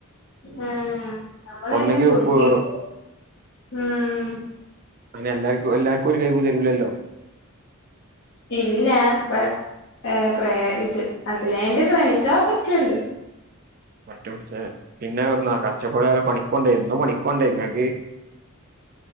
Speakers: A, on the left; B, on the right.
A: ആ നമ്മള്
B: ഒന്നെങ്കിൽ
A: ന്നെ കുക്കിംഗ്
B: ഉപ്പ് കേറും
A: ആഹ്
B: പിന്നെ എല്ലാർക്കും എല്ലാർക്കൊരു കയിവ് തരൂലല്ലോ
A: ഇല്ല ബട്ട് പ്ര ഇത് അതിനേണ്ടി ശ്രമിച്ചാ പറ്റുവല്ലോ
B: മറ്റും പക്ഷേ പിന്നെ കഷ്ടപ്പാട പണിക്കൊണ്ടെ എന്നും പണിക്കൊണ്ടേ ഇങ്ങക്ക്